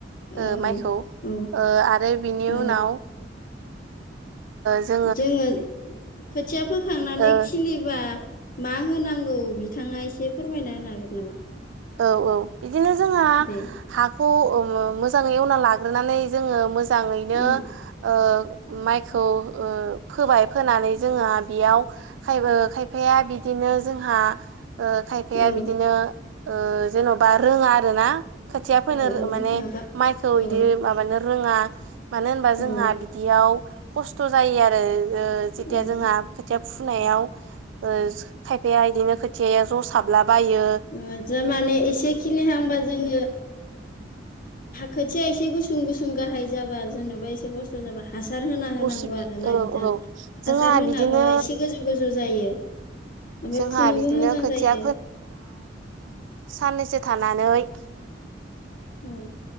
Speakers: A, on the right (about 80°); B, on the left (about 50°).
A: ओ
B: औ
A: माइखौ
B: औ
A: आरो ओ बिनि
B: औ
A: उनाव ज <unintelligible>
B: जोङो खोथिया फोखांनानै
A: ओ
B: खिलिबा मा होनांगौ बिथाङा एसे फोरमायना होनो हागोन नामा
A: औ औ बिदिनो जोंहा
B: दे
A: हाखौ मोजाङै एवना लाग्रोनानै जोङो मोजाङैनो
B: उम
A: ओ माइखौ फोबाय फोनानै जोङहा बेयाव खाय खायफाया बिदिनो जोंहा ओ खायफाया
B: औ
A: बिदिनो ओ जेन'बा रोङा आरो ना खोथिया फैोनो
B: औ औ
A: माने
B: माबा
A: माइखौ
B: औ
A: इदि माबानो रोङा मानो होनबा जोंहा
B: औ
A: बिदियाव खस्थ' जायो आरो ओ जेथिया
B: औ
A: जोंहा खोथिया फुनायाव ओ खायफाया बिदिनो खोथियाया जसाबलाबायो
B: ओ ज माने एसे खिलिहांबा जोङो। खोथिया एसे गुसुं गुसुं गाहाय जाबा जेन'बा एसे खस्थ' जाबा हासार होना होनांगौ
A: उसु
B: आरोना
A: औ
B: बिथां
A: औ जोंहा
B: हासार होनाबो
A: बिदिनो
B: एसे गोजौ गोजौ जायो ओमफफ्राय
A: जोंहा
B: फुनोबो
A: बिदिनो
B: मोजां
A: खोथिया
B: जायो‌।
A: साननैसो थानानै <inaudible>
B: औ